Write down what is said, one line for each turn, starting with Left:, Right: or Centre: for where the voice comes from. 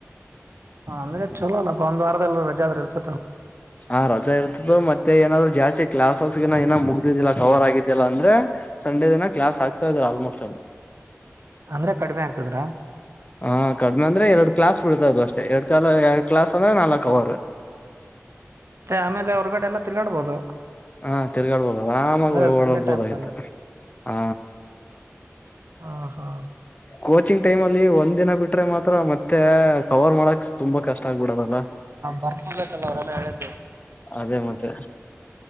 Right: ಅಂದೆ ಚಲೋಲ್ಲಾ ಒಂದ ವಾರದಲ್ಲಿ ರಜಾದ್ರ ಇರ್ತ
Left: ಹಾ ರಜಾ ಇರ್ತದು ಮತ್ತೆ ಏನಾದ್ರು ಜಾಸ್ತಿ ಕ್ಲಾಸ್ ಹೌಸ್ಗೆ ಏನ ಮುಗ್ದಿದ್ದಿಲ್ಲ ಕವರ್ ಆಗಿದ್ಯಲ್ಲ ಅಂದ್ರೆ ಸಂಡೆ ದಿನ ಕ್ಲಾಸ್ ಆಕ್ತಾ ಇದಾರೆ ಆಲ್ಮೋಸ್ಟ್ ಅಲ್ಲಿ
Right: ಅಂದ್ರೆ ಕಡಿಮೆ ಆಗ್ತದ್ರಾ
Left: ಹಾ ಕಡಿಮೆ ಅಂದ್ರೆ ಎರಡ್ ಕ್ಲಾಸ್ ಬಿಡ್ತ ಅದು ಅಷ್ಟ ಎರಡ್ ಕಾಲ ಎರಡ್ ಕ್ಲಾಸ್ ದ ನಲ್ಲಾ ಕ ಅವಾರ
Right: ಮತ್ತೆ ಆಮೇಲೆ ಹೊರ್ಗಡೆ ಎಲ್ಲಾ ತಿರ್ಗಾಡ್ಬೋದು
Left: ಹಾ ತಿರ್ಗಾಳ್ಬೋದು ಆರಾಮಾಗಿ
Right: ಅಂದ್ರೆ
Left: ಓಡಲ್ಬೋದ
Right: ಸಂಡೆ ಟೈಮ್
Left: ಆಯ್ತ
Right: ಅಲ್ಲಿ
Left: ಹಾ
Right: ಹ ಹಾ
Left: ಕೋಚಿಂಗ್ ಟೈಮ ಅಲ್ಲಿ ಒಂದ್ ದಿನ ಬಿಟ್ರೆ ಮಾತ್ರ ಮತ್ತೆ ಕವರ್ ಮಾಡಕ್ ತುಂಬಾ ಕಷ್ಟ ಇಷ್ಟಬಿಡದಲ್ಲ
Right: ಬರ್ಕೋಬೇಕಲ್ಲ ಅವರೆಲ್ಲ ಹೇಳಿದ್ದು
Left: ಅದೇ ಮತ್ತೆ